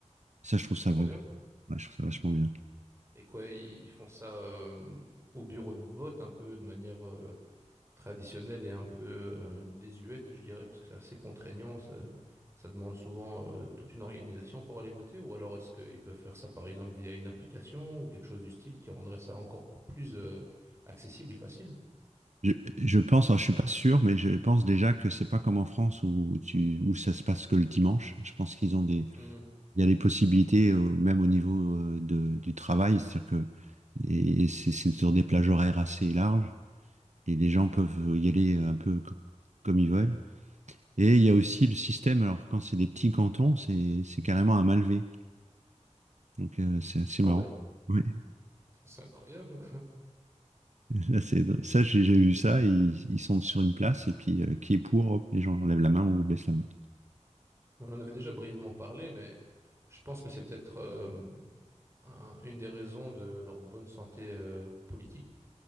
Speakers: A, on the right; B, on the right.
A: Ça, je trouve
B: c'est
A: ça,
B: trop
A: vrai-
B: bien ça.
A: ouais, je trouve ça vachement bien.
B: Et quoi, ils ils font ça euh, au bureau de vote un peu de manière euh, traditionnelle et un peu euh, désuète, je dirais, parce que c'est assez contraignant. Ça, ça demande souvent euh, toute une organisation pour aller voter. Ou alors est-ce qu'ils peuvent faire ça par exemple via une application ou quelque chose du style qui rendrait ça encore plus euh, accessible et facile?
A: Je, je pense, alors, je suis pas sûr, mais je pense déjà que c'est pas comme en France où tu, où ça se passe que le dimanche. Je pense qu'ils ont des,
B: Mhm.
A: il y a des possibilités euh, même au niveau euh, de, du travail, c'est-à-dire que et c'est c'est sur des plages horaires assez larges. et les gens peuvent y aller un peu co- comme ils veulent. Et il y a aussi le système, alors quand c'est des petits cantons, c'est c'est carrément un malvé. Donc euh, c'est assez
B: Ah
A: marrant.
B: ouais,
A: Ouais.
B: <laughs> c'est incroyable.
A: <laughs> Là, c'est, drôle. ça, j'ai j'ai vu ça, ils, ils sont sur une place et puis euh, qui est pour, hop, les gens lèvent la main ou baissent la main.
B: On en avait déjà brièvement parlé, mais je pense que c'est peut-être euh, un- une des raisons de leur bonne santé euh, politique.